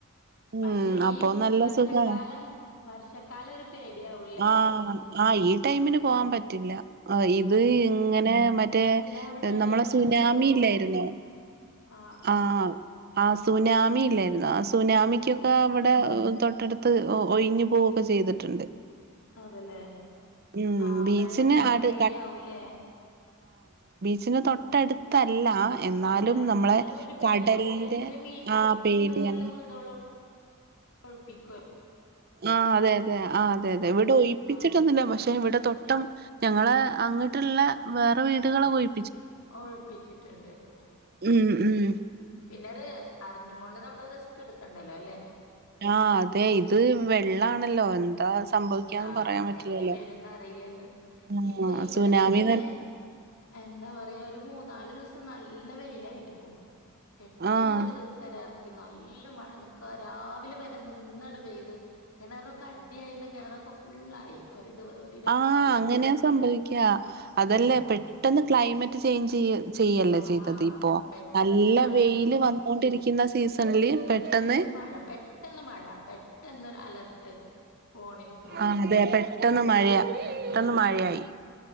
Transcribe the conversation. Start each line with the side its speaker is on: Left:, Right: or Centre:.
Right: ഉം
Left: പക്ഷെ
Right: അപ്പൊ
Left: ഈ
Right: നല്ല
Left: വർഷക്കാലം
Right: സുഖാണ്.
Left: വർഷക്കാലം ഒരു പേടിയാവൂല്ലേ
Right: ആ ആ ഈ ടൈമിന് പോവാ പറ്റില്ല ആ ഇത്
Left: ആഹ്
Right: ഇങ്ങനെ മറ്റേ
Left: അല്ല അവിടെ
Right: നമ്മളെ
Left: വെള്ളൊക്കെ
Right: സുനാമി
Left: കേറുവോ?
Right: ഇല്ലായ്ര്ന്നോ
Left: ആഹ് ആഹ്
Right: ആ ആ സുനാ മി ഇല്ലാര്ന്നോ സുനാ യ്കൊകെ
Left: ആഹ്
Right: അവിടെ തൊട്ടടുത് ത്ത് ഒയ്ഞ്ഞു പോവൊക്കെ ചെയ്തിട്ടുണ്ട്.
Left: അതല്ലേ
Right: ഉം
Left: ആ
Right: ബീച്ചിന്
Left: വെള്ളം കേറുന്ന
Right: അട്
Left: ഏരിയ ആവൂല്ലേ.
Right: ഛന് തൊട്ടടുത്തല്ല എന്നാലും
Left: അല്ല എന്നാലു
Right: നമ്മളെ
Left: ഒരു പേടി
Right: കടലിന്റെ
Left: ഓ എത്ര മീറ്റർ
Right: ആഹ് പേടിയാണ്
Left: വരെ ഉള്ള വീടൊളെ കൊഴപിക്കാണ്
Right: ആ അതെ അതെ ആ അതെ അതെ ഇവിടെ ഒയ്പ്പിച്ചിട്ടൊന്നില്ല
Left: ആഹ്
Right: പക്ഷെ ഇവിടെ തൊ ടം ഞങ്ങള് അങ്ങ്ട്ടെളളവേറെ വീടുകള് ഒയ്
Left: ഒഴിപ്പിച്ചിട്ടുണ്ട്. ആ
Right: ഉം
Left: ശരി
Right: ഉം
Left: പിന്നെ അറിഞ്ഞും കൊണ്ട് നമ്മള് റിസ്ക് എടുക്കണ്ടല്ലോ. അല്ലേ?
Right: ആ അതെ ഇത് വെള്ളാണല്ലോ? എന്താ സംഭവിക്കാന്ന്
Left: ആ
Right: പറയാൻ പറ്റില്ലല്ലോ
Left: എങ്ങനെ വരുന്ന് അറിയില്ലല്ലോ
Right: ആഹ്
Left: ഇപ്പൊ ഇവിടൊക്കെ
Right: സുനാമി
Left: തന്നെ എന്താ പറയാ ഒരു മൂന്നാല് ദിവസം ഇപ്പൊ നല്ല വെയിലായിരുന്നു. പെട്ടെന്ന്
Right: ആഹ്
Left: ഒരു ദിവസം രാ നല്ല മഴ നിക്ക രാവിലെ വരെ നിന്ന്ട് പെയ്ത് കിണറൊക്കെ അടിയായി കിണറൊ പ്പൊ ഫുള്ളായി ഒരു ദിവ ഒരു രാത്രി
Right: ആ
Left: കൊണ്ട്
Right: അങ്ങനെയാ സംഭവിക്കാ. അതല്ലേ
Left: ആഹ്
Right: പെട്ടന്ന്
Left: ആഹ്
Right: ക്ലൈമറ്റ് ചേഞ്ച് ചെയ്യല്ലേ
Left: ആഹ്
Right: ചെയ്തത് ഇപ്പൊ.
Left: പെട്ടെന്നാണ്
Right: നല്ല വെയില്
Left: ഉണ്ടായത്
Right: വന്നൊണ്ടിരിക്കുന്ന
Left: മഴ
Right: സീസണില്
Left: സീസണില്
Right: പെട്ടന്ന്
Left: മഴ പെട്ടെന്ന് മഴ പെട്ടെന്ന് അലർട്ട് ഫോണിൽക്കും ഒക്കെ
Right: ആഹ് അതെ പെട്ടെന്ന് മഴയാ പെട്ടെന്ന്
Left: ആഹ്
Right: മഴയായി.